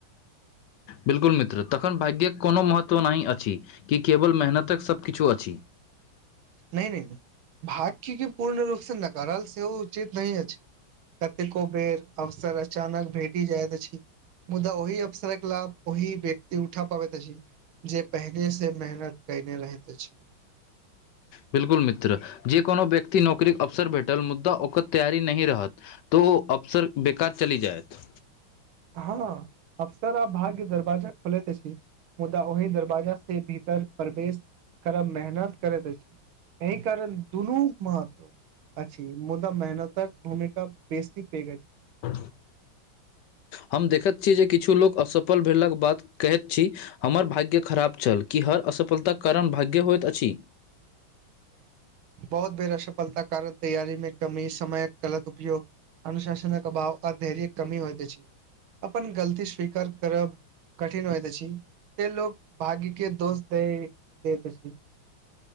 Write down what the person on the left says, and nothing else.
बिल्कुल मित्र तखन भाग्य्यक कोनो महत्व नहि अछि। कि केवल मेहनतक सभ किछु अछि
बिल्कुल मित्र जे कोनो व्यक्ति नौकरी के अवसर भेटल मुद्दा ओकर तैयारी नहि रहत। त अवसर बेकार चली जायत
<unintelligible> हम देखैत छी जे किछु लोक असफल भेलाक बात कहैत छी हमर भाग्य खराब छल कि हर असफलताक कारण भाग्य होइत छै